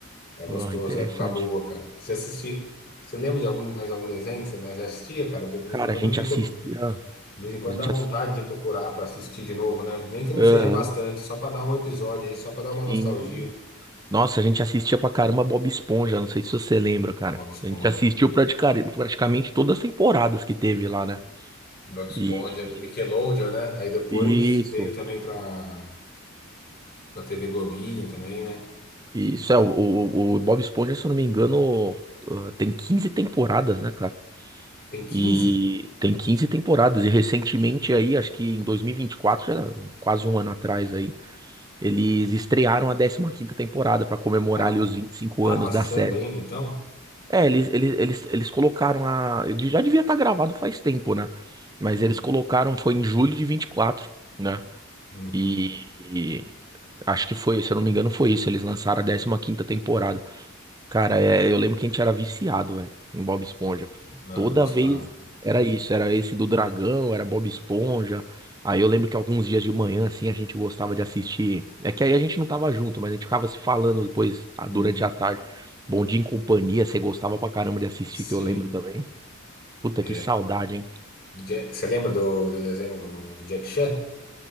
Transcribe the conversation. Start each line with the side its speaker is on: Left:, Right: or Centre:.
Left: É gostoso,
Right: Oh, interessante.
Left: é época boa, cara. Você assistia, você lembra de algum, mais algum desenho que você mais assistia, cara? De vez
Right: Cara,
Left: em quando
Right: a gente
Left: eu fico,
Right: assistia.
Left: de vez em quando
Right: A gente
Left: dá vontade
Right: ass-
Left: de procurar pra assistir de novo, né? Nem que não
Right: Aham,
Left: seja bastante, só pra dar um episódio aí, só pra dar uma nostalgia.
Right: sim. Nossa, a gente assistia pra caramba Bob Esponja. Não sei se você lembra, cara.
Left: Bob Esponja,
Right: A gente assistiu
Left: cara.
Right: praticar- praticamente todas as temporadas que teve lá, né?
Left: Bob Esponja,
Right: E
Left: Nickelodeon, né? Aí depois
Right: e-
Left: veio
Right: isso.
Left: também pra Pra TV Globinho também, né?
Right: E Isso é, o, o, o Bob Esponja, se eu não me engano, ah, tem 15 temporadas, né, cara?
Left: Tem quinze,
Right: E tem 15 temporadas. E recentemente aí, acho que em 2024, já quase um ano atrás aí, eles estrearam a décima quinta temporada pra comemorar
Left: Ah,
Right: ali os 25
Left: tá
Right: anos
Left: passando
Right: da série.
Left: ainda então?
Right: É, eles, eles, eles, eles colocaram a. Já devia estar gravado faz tempo, né? Mas
Left: Hum,
Right: eles colocaram, foi em julho de 24, né?
Left: uhum.
Right: E, e acho que foi, se eu não me engano, foi isso. Eles lançaram a décima quinta temporada. Cara, é, eu lembro que a gente era viciado, velho, em Bob Esponja.
Left: Não,
Right: Toda
Left: eu gostava,
Right: vez
Left: cara.
Right: era isso, era esse do dragão, era Bob Esponja. Aí eu lembro que alguns dias de manhã, assim, a gente gostava de assistir. É que aí a gente não tava junto, mas a gente ficava se falando depois, ah,
Left: Uhum.
Right: durante a tarde. Bom Dia em Companhia, você gostava pra caramba de assistir,
Left: Sim.
Right: que eu lembro também. Puta,
Left: É,
Right: que saudade, hein?
Left: do Ja- você lembra do, do desenho do, do Jack Chan?